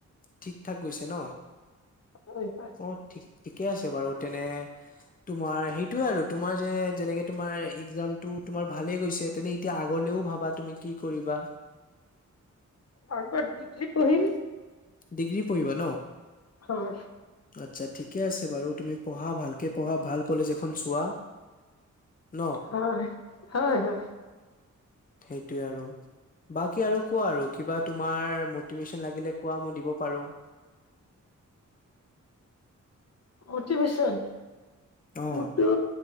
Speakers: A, on the left; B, on the left.
A: ঠিক থাক গৈছে ন?
B: হয় হয়
A: অ ঠিক । ঠিকে আছে বাৰু। তেনে। তোমাৰ সেইটোয়ে আৰু তোমাৰ যে যেনেকে তোমাৰ একজামটো তোমাৰ ভালে গৈছে তেনে এতিয়া আগলেও ভাবা তুমি কি কৰিবা।
B: আগত ডিগ্ৰী পঢ়িম
A: ডিগ্ৰী পঢ়িবা ন।
B: হয় হয়।
A: আচ্ছা ঠিকে আছে বাৰু তুমি পঢ়া ভালকে পঢ়া ভাল কলেজ এখন চোৱা। ন
B: হয় হয় হয়।
A: সেইটোৱে আৰু বাকী আৰু কোৱা আৰু কিবা তোমাৰ মটিভেশচন লাগিলে কোৱা মই দিব পাৰো।
B: অতি ভীষণ।
A: অ
B: মটো